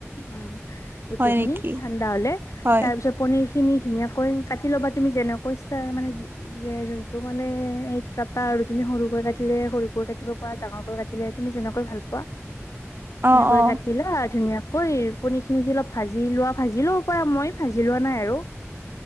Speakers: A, on the left; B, on the right.
A: উম গোটেইখিনি
B: হয় নেকি?
A: ঠাণ্ডা হলে
B: হয়।
A: তাৰ পিছত পনিৰ খিনি ধুনীয়াাকৈ কাটি ল'বা তুমি যেনেকৈা মানে যে যোনটো মানে এই কটা আৰু তুমি সৰুকৈ কাটি ল সৰুকৈ কাটিব প পৰা ডাঙৰকৈ কাটিলে তুমি যেনেকৈ ভাল পোৱা
B: অ
A: এনেকৈ
B: অ
A: কাটিলা ধুনীয়া ঐ পনীৰ খিনিি অলপ ভাজি লোৱা ভাজি লব পাৰা মই ভাজি লোৱা নাই আৰু